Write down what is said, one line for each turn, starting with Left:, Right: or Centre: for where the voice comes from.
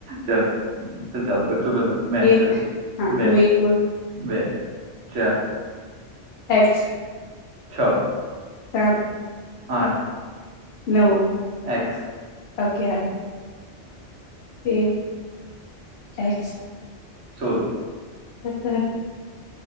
Right: ચાલ ચાલ ચાલુ કર તો ભલો મે
Left: એક
Right: ચ
Left: હા
Right: બે
Left: હું એક બોલ
Right: બે ચાલ
Left: એકસછે
Right: છ
Left: સાત
Right: આઠ
Left: નવ
Right: એકસ
Left: અગિયાર એ એક્સ
Right: સોલ
Left: અચ્છા